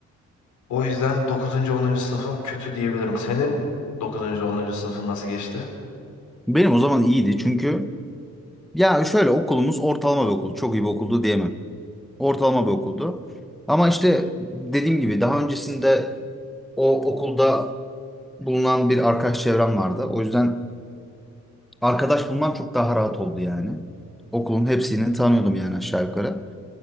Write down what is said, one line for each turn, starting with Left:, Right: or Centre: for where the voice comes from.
Left: O yüzden dokuzuncu onuncu sınıfım kötü diyebilirim. Senin dokuzuncu onuncu sınıfın nasıl geçti?
Centre: Benim o zaman iyiydi çünkü ya şöyle okulumuz ortalama bir okul. Çok iyi bir okuldu diyemem. Ortalama bir okuldu. Ama işte dediğim gibi daha öncesinde o okulda bulunan bir arkadaş çevrem vardı. O yüzden arkadaş bulmam çok daha rahat oldu yani. Okulun hepsini tanıyordum yani aşağı yukarı.